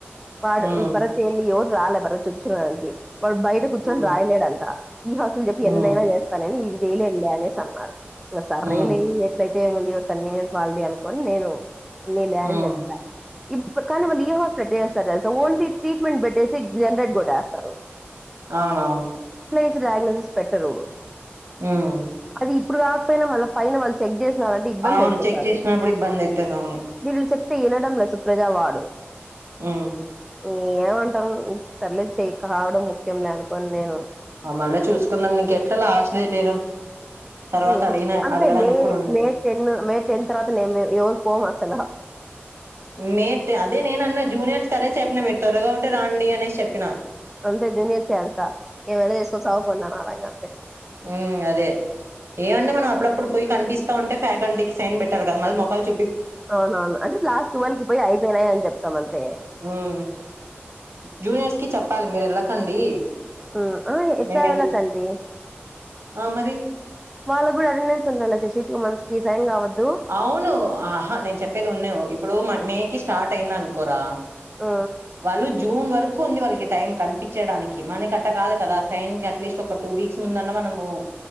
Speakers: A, in the centre; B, on the right.
A: వాడు
B: ఉమ్
A: భరత్ ఏంది యోరు రాలే భారత్ చూపించుకోడానికి వాడు బయట కూర్చొని
B: ఉమ్
A: రాయలేడంట ఈ హౌస్ల్ చెప్పి ఎన్నైనా
B: ఉమ్
A: చేస్తానని ఇది చేయలేదులే అనేసి అన్నారు సర్రేలే
B: ఉమ్
A: ఎట్లయితే ఏముంది ఎవరి కన్వీనియంట్ వాళ్ళది అనుకోని నేను ఉన్నిలే అని
B: ఉమ్
A: చెప్పా ఇప్ కానీ వాళ్ళు ఏ హాస్పిటల్ వేస్తారు ఓన్లీ ట్రీట్మెంట్ బెడ్ సిక్స్ <unintelligible> వేస్తారు
B: అవునా
A: <unintelligible> పెట్టరు
B: ఉమ్
A: అది ఇప్పుడు కాకపోయినా మళ్ళ పైన వాళ్ళు చెక్ చేసినారు అంటే ఇబ్బంది
B: అవును
A: అయిపోతాది
B: చెక్ చేసినప్పుడు ఇబ్బంది అయితది అవును
A: వీళ్ళు చెప్ ప్తే వినడంలే సుప్రజా వాడు
B: ఉమ్
A: ఈ ఏమంటాం సర్లే చేయ్ కావడం ముఖ్యంలే అనుకోని నేను
B: ఆ మళ్ళ చూసుకుందాం ఇంక ఎట్లా లాస్ట్ డే లేరా తర్వాత
A: మ్మ్
B: అడిగిన
A: అంటే
B: అడగడానికి
A: మే
B: కూడా ఉండదు
A: మే టెన్ మే టెన్ తర్వాత నేం మేము ఎవరు పోం అస్సలు
B: మీ అదే నేను అన్నా జూనియర్స్ కదే చెప్పిన మీరు త్వరగా ఒకటి రండి అనేసి చెప్పినా
A: అంతే జూనియర్స్ వెల్తా ఏమైన చేసుకొని సావుపోండీ అనాలా ఇగ
B: ఉమ్ అదే ఏమంటే మనం అప్పుడప్పుడు పోయి కనిపిస్తా ఉంటే ఫ్యాకల్టీకి సైన్ పెట్టాలీ కదా మళ్ళీ మొకాలు చూ
A: అవునవును అంటే లాస్ట్ ట్వెల్వ్ కి పోయి ఐదేనాయిని చెప్తాం అంతే
B: హ్మ్ జూనియర్స్ కి చెప్పాలి మీరు వెళ్ళకండి
A: ఊ ఆ ఎట్లా
B: మేము వెళ్
A: ఎళ్లకండీ
B: ఆ మరి
A: వాళ్ళ కూడా అటెండెన్స్ ఉండాలా శశీ టూ మంత్స్ కి సైన్ కావద్దు
B: అవును ఆహా నేను చెప్పేది ఉన్నీ ఇప్పుడు మే కి స్టార్ట్ అయింది అనుకోరా
A: ఆ
B: వాళ్ళు జూన్ వరకు ఉంది వాళ్ళకి టైం కనిపించడానికి మనకట్ట కాదు కదా సైన్కి అట్లీస్ట్ ఒక టూ వీక్స్ ముందన్న మన మనము